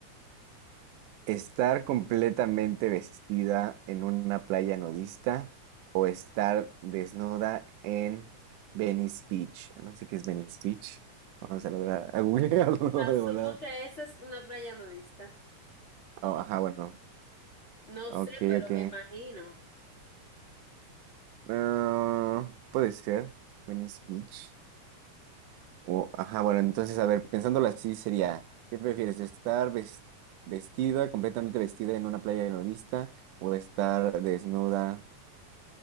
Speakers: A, on the right; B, on the left.
A: Estar completamente vestida en una playa nudista o estar desnuda en Venice Beach. No sé qué es Venice Beach. Vamos a lograr a googlearlo
B: Asumo
A: <laughs> de volada.
B: que esa es una playa nudista.
A: Oh, ajá, bueno.
B: No sé,
A: Ok,
B: pero
A: ok.
B: me imagino.
A: Ah, puede ser. Venice Beach. O- ajá, bueno, entonces, a ver, pensándolo así sería, ¿qué prefieres? ¿Estar ves- vestida, completamente vestida en una playa nudista o estar desnuda